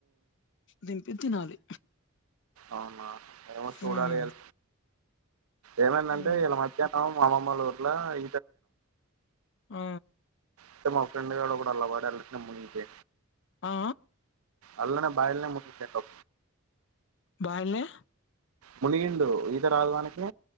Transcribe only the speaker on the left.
దింపి తినాలి
హ్మ్
హ్మ్
ఆ
ఆ ఆ
బాయిల్నే